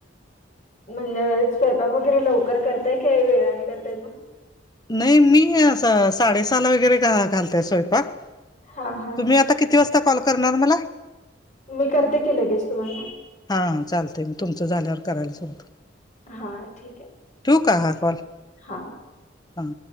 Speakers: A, on the left (about 40°); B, on the left (about 20°).
A: म्हणजे स्वयंपाक वगैरे लवकर करताय, काय वेळानं करताय मग?
B: नाही मी असं साडेसहाला वगैरे घालते स्वयंपाक.
A: हा हा
B: तुम्ही
A: हा
B: आता किती वाजता कॉल करणार मला?
A: मी करते की लगेच तुम्हांना.
B: हा चालतंय. मी तुमचं झाल्यावर करायला सांगतो.
A: हा ठीक आहे
B: ठेवू का हा काॅल?
A: हा.
B: हां.